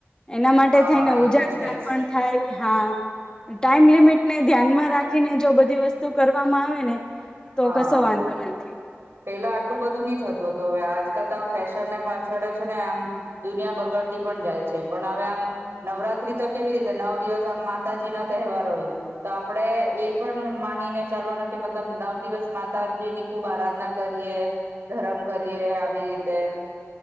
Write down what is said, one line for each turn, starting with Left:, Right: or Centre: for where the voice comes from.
Left: એના માટે
Right: હા
Left: થઈને
Right: એ
Left: ઉજાગ્ર
Right: તો છે જ
Left: પણ થાય હા, ટાઈમ લિમિટ ને ધ્યાનમાં રાખીને જો બધી વસ્તુ કરવામાં આવે ને. તો
Right: હા
Left: કશો વાંધો નથી.
Right: પેલા આટલું બધું નહ થતું હતું. હવે આજકાલ તો આ ફેશનને પાછળે છે ને આમ દુનિયા બગડતી પણ જાય છે પણ હવે આમ નવરાત્ર તો કેવી રીતે નવ દિવસ માતાજી નો તહેવાર હોય, તો આપડે એ પણ માનીને ચાલવાનો કે મતલબ નવ દિવસ માતાજી ની ખુબ આરાધના કરીએ, ધરમ કરીએ આવી રીતે